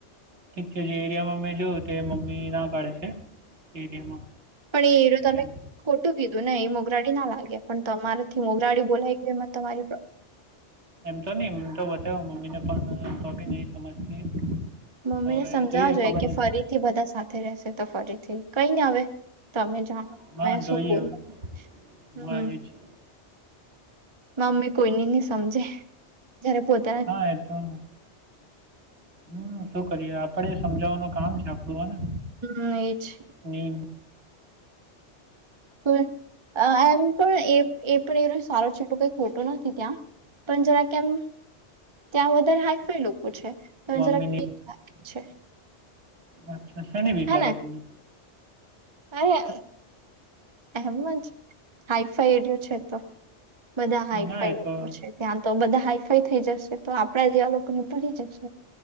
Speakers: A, on the right; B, on the right.
A: ઠીક છે જે એરિયામાં મેં જો તે મમ્મી ના પાડે છે તે એરિયામાં
B: પણ એરૂ તમે
A: એમ
B: ખોટું કીધું ને એ મોગરાડી ના લાગે પણ તમારે થી મોગરાડી બોલાઈ ગયુ ન તમારી પ
A: એમ તો ની એમ તો બતાવા મમ્મી ને પણ તો બી નઈ સમજતી
B: મમ્મી
A: તો હવે
B: ને સમજાવ જોઈએ
A: ખબર
B: કે
A: નહીં
B: ફરીથી બધા સાથે રહેશે તો ફરીથી કઈ ન આવે તમે જાણો
A: હા
B: મેં
A: જોઈએ
B: શું બોલ
A: હવે
B: હમ
A: હા એ છે
B: મમ્મી કોઈની ન સમજે જ્યારે પોતે
A: હા એતોનું હમ શું કરીએે આપડે સમજાવવાનું કામ છે આપણું ને
B: હમ એ છે
A: અને
B: પણ એમ પણ એ પણ એ સારો છે એટલું કઈ ખોટું નથી ત્યાં પણ જરા કેમ ત્યાં વધારે હાફ લોકો છે ત
A: મમ્મીની
B: જરાક લાગે છે
A: અચ્છા શનિ વીક
B: હે
A: લાગે
B: ને
A: તમને
B: અરે એમ જ હાઈફાઈ એરિયો છે તો બધા હાઈફાઈ
A: ના એ
B: લોકો
A: તો
B: છે ત્યાં તો બધા હાઈફાઈ થઈ જશે તો આપણા જેવા લોકોને ભૂલી જશ